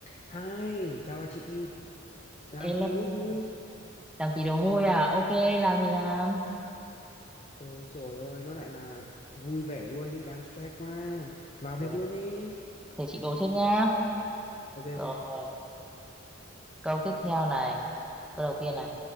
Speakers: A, on the left; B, in the centre.
A: Hai, chào bà chị, làm
B: Elo,
A: tí đố vui.
B: làm tí đồ vui à? Ok, làm thì làm.
A: Ôi rồi ôi, nó lại là vui vẻ luôn đi, đang stress quá. Vào việc
B: Thế,
A: luôn đi.
B: thế chị đố trước nhá.
A: Ok ok,
B: Rồi, câu tiếp theo này. Câu đầu tiên này.